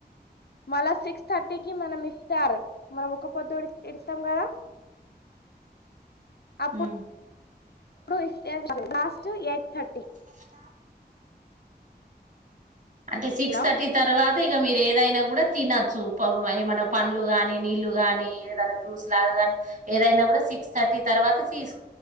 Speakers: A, on the left; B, on the right.
A: మళ్ళా సిక్స్ థర్టీకి మన ఇస్తారు మనం ఒక్క పొద్దు ఇడుస్తాం కదా అప్పుడు
B: హ్మ్ అప్పుడు
A: ఇఫ్తార్
B: ఇ
A: లాస్ట్
B: మాట్లాడకోవాలి
A: ఎయిట్ థర్టీ
B: మస్ట్ అంటే సిక్స్
A: హలో
B: థర్టీ తర్వాత్ <unintelligible> ఇగ మీరు ఏదైనా కూడా తినచ్చు ఏమనా పండ్లు గానీ నీళ్లు గాని ఏదైనా జ్యూస్ లాగా కానీ ఏదైనా కూడా సి సిక్స్ థర్టీ తర్వాత తీస్